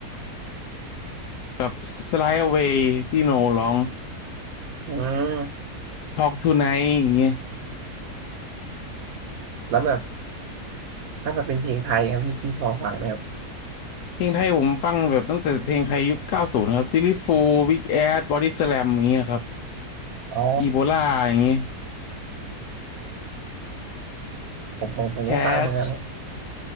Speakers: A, on the left (about 85°); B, on the right (about 65°).
A: กับ Slide Away ที่โนร้อง
B: อืม
A: Talk Tonight อย่างเงี้ย
B: แล้วแบบถ้าแบบเป็นเพลงไทยครับพี่พี่พอฟังไหมครับ
A: เพลงไทยผมฟังแบบตั้งแต่เพลงไทยยุคเก้าสิบนะครับซิลลี่ฟูล Big Ass Body Slam อย่างเงี้ยครับ
B: อ๋อ
A: อีโบลาอย่างเงี้ย
B: ผมผมผมก็ฟังเหมือนกัน
A: Cash